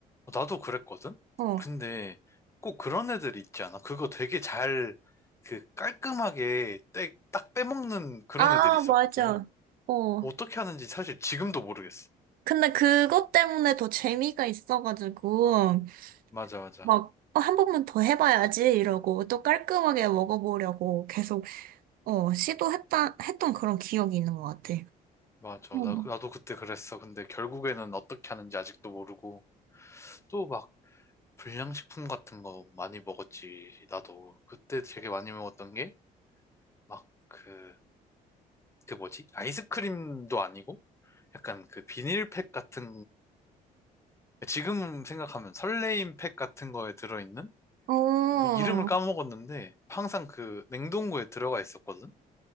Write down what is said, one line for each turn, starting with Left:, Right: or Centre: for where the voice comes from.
Left: 어, 나도 그랬거든?
Right: 어.
Left: 근데 꼭 그런 애들 있지 않아? 그거 되게 잘, 그 깔끔하게 떼- 딱 빼먹는 그런
Right: 아,
Left: 애들이 있었거든.
Right: 맞아. 어.
Left: 어떻게 하는지 사실 지금도 모르겠어.
Right: 근데 그것 때문에 더 재미가 있어가지고
Left: 맞아, 맞아.
Right: 막 어, 한 번만 더 해봐야지 이러고 또 깔끔하게 먹어보려고 계속 어, 시도했다 했던 그런 기억이 있는 것 같아.
Left: 맞아.
Right: 응.
Left: 나, 나도 그때 그랬어. 근데 결국에는 어떻게 하는지 아직도 모르고. 또 막 불량식품 같은 거 많이 먹었지. 나도. 그때 되게 많이 먹었던 게, 막 그, 그 뭐지? 아이스크림도 아니고? 약간 그 비닐팩 같은 지금 생각하면 설레임 팩 같은 거에 들어있는?
Right: 어,
Left: 뭐 이름을 까먹었는데 항상 그 냉동고에 들어가 있었거든?